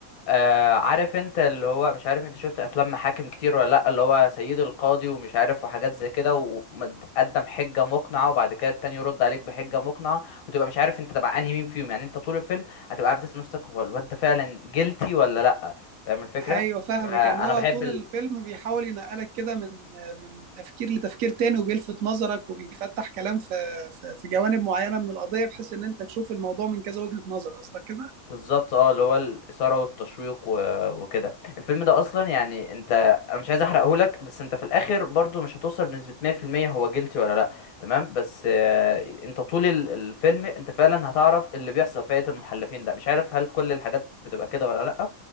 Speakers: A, on the left (about 80°); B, on the right (about 75°).
A: آه عارف انت اللي هو مش عارف انت شفت افلام محاكم كتير ولا لا اللي هو سيد القاضي ومش عارف وحاجات زي كده وقدم حجة مقنعة وبعد كده التاني يرد عليك بحجة مقنعة وتبقى مش عارف انت تبع انهي مين فيهم يعني انت طول الفيلم هتبقى قاعد بتسأل نفسك هو الواد ده فعلا جيلتي ولا لا فاهم الفكرة
B: ايوه فاهمك
A: فانا
B: يعني هو
A: بحب
B: طول
A: ال...
B: الفيلم بيحاول ينقلك كده من من تفكير لتفكير تاني وبيلفت نظرك وبيفتح كلام في في في جوانب معينة من القضية بحيث ان انت تشوف الموضوع من كذا وجهة نظر قصدك كده؟
A: بالظبط اه اللي هو الاثاره والتشويق و... وكده الفيلم ده اصلا يعني انت انا مش عايز احرقه لك بس انت في الاخر برضو مش هتوصل بنسبه 100% هو جيلتي ولا لا تمام بس آه، انت طول ال- الفيلم انت فعلا هتعرف اللي بيحصل في هيئه المحلفين ده مش عارف هل كل الحاجات بتبقى كده ولا لا